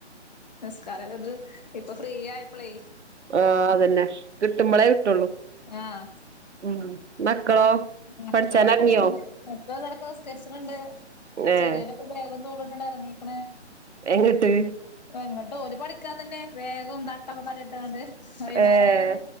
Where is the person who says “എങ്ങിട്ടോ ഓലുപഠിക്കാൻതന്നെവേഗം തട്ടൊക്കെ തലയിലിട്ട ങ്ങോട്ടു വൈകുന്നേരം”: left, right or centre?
Left